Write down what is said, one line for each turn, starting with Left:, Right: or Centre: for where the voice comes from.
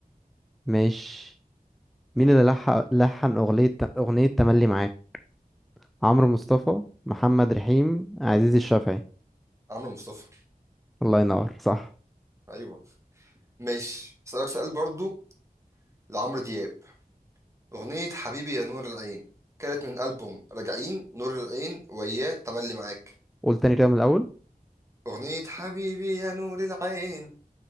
Centre: مش مين اللي لحن لحن أغنية أغنية تملي معاك عمرو مصطفى محمد رحيم عزيز الشافعي
Right: عمرو مصطفى
Centre: الله ينور صح
Right: ايوه ماشي اسالك سؤال برضو لعمرو دياب اغنية حبيبي يا نور العين كانت من ألبوم راجعين نور العين وياه تملي معاك
Centre: قول تاني كده من الأول
Right: أغنية حبيبي يا نور العين